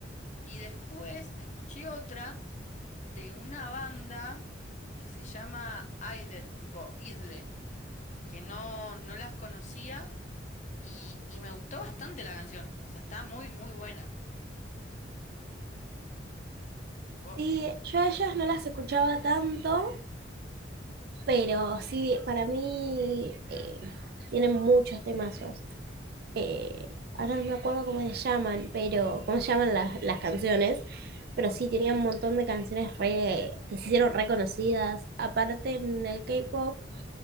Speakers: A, on the left; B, on the right.
A: Y después escuché otra de una banda que se llama Idle, tipo Idle, que no, no las conocía y, y me gustó bastante la canción. O sea, está muy, muy buena. Vos-
B: Sí, yo a ellas no las escuchaba tanto, pero sí, para mí eh, tienen muchos temazos. Eh, ahora no me acuerdo cómo se llaman, pero cómo se llaman las, las canciones,
A: ujú,
B: pero sí tenían un montón de canciones re- que se hicieron reconocidas. Aparte en el K-pop,